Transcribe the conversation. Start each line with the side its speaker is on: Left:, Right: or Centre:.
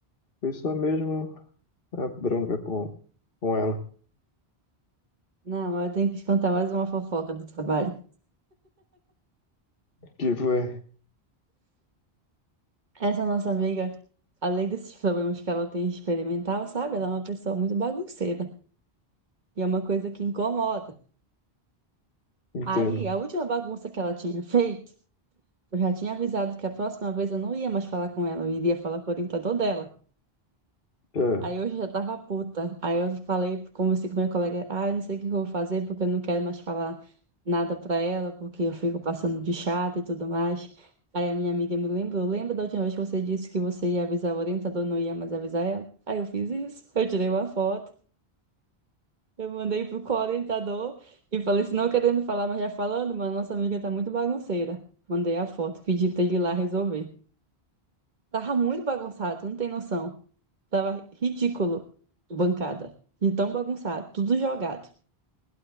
Left: Foi só mesmo a bronca com, com ela.
Right: Não, eu tenho que te contar mais uma fofoca do trabalho.
Left: Que foi.
Right: Essa nossa amiga, além desses problemas que ela tem experimental, sabe? Ela é uma pessoa muito bagunceira. E é uma coisa que incomoda.
Left: Entendo.
Right: Aí, a última bagunça que ela tinha feito, eu já tinha avisado que a próxima vez eu não ia mais falar com ela, eu iria falar com o orientador dela.
Left: Ah,
Right: Aí eu já tava puta. Aí eu falei, conversei com minha colega, ah, eu não sei o que eu vou fazer, porque eu não quero mais falar nada pra ela, porque eu fico passando de chata e tudo mais. Aí a minha amiga me lembrou, lembra da última vez que você disse que você ia avisar o orientador, não ia mais avisar ela? Aí eu fiz isso, eu tirei uma foto, eu mandei pro co-orientador e falei, se não querendo falar, mas já falando, mas nossa amiga tá muito bagunceira. Mandei a foto, pedi pra ele ir lá resolver. Tava muito bagunçado, tu não tem noção. Tava ridículo, bancada. De tão bagunçado, tudo jogado.